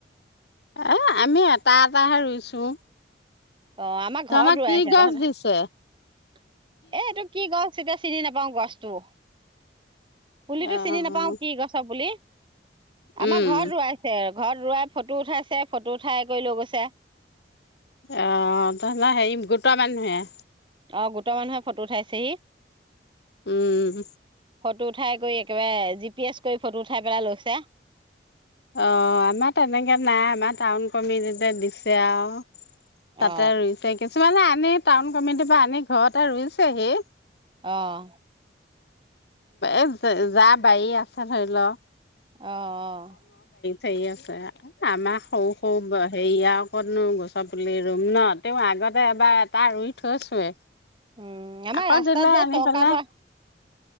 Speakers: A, on the left; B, on the right.
A: এ আমি এটা এটাহে ৰুইছো
B: অ আমাৰ
A: তহঁতৰ
B: ঘৰত ৰুৱাইছে
A: কি গছ
B: তহঁত
A: দিছে
B: এ এইটো কি গছ এতিয়া চিনি নাপাওঁ গছটো পুলিটো
A: অ'
B: চিনি নাপাও কি গছৰ পুলি আমাৰ
A: উম
B: ঘৰত ৰুৱাইছে ঘৰত ৰোৱাই ফটো উঠাইছে ফটো উঠাই কৰি লৈ গৈছে
A: অ হ তহঁত হেৰি গোটাৰ মানুহে
B: অ গোটৰ মানুহে ফটো উঠাইছেহি
A: উম
B: ফটো উঠাই কৰি একেবাৰে জি পি এছ কৰি ফটো উঠাই পেলাই লৈছে
A: অ আমাৰ তেনেকে নাই আমাৰ টাউন কমিটিতে দিছে আৰু তাতে
B: অ
A: ৰুই চেগে কিছুমানে আনি টাউন কমিটিৰ পৰা আনি ঘৰতে ৰুইছেহি
B: আহ
A: এ যা বাৰী আছে ধৰি লও
B: অহ অহ
A: ধেই আছে আমাৰ সৰু সৰু ব সেৰিয়া কতনো গছৰ পুলি ৰুম ন তেওঁ আগতে এবাৰ এটা ৰুই থৈছোৱে
B: উম আমাৰ
A: আকৌ
B: ৰাস্তাত
A: দিলে
B: যে
A: আনি
B: চৰকাৰ
A: পেলাই
B: পৰা